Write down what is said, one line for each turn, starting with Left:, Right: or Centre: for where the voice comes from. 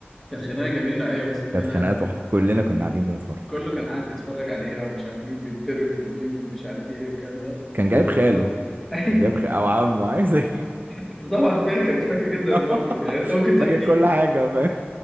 Centre: كانت خناقه جميله ايوه اسمه
Right: كانت
Centre: ايه ده
Right: خناقة تحفة كلنا كنا قاعدين بنتفرج
Centre: كله كان قاعد بيتفرج عليها ومش عارف مين بيتضرب ومين مش عارف ايه والكلام ده
Right: كان جايب
Centre: بس-
Right: خاله
Centre: <laughs> ايوه
Right: كان جايب خ... او عمه عايز ايه
Centre: انت طبعا فاكر فاكر جدا
Right: <laughs>
Centre: الموقف يعني انت ممكن تحكيه
Right: فاكر كل حاجة فاهم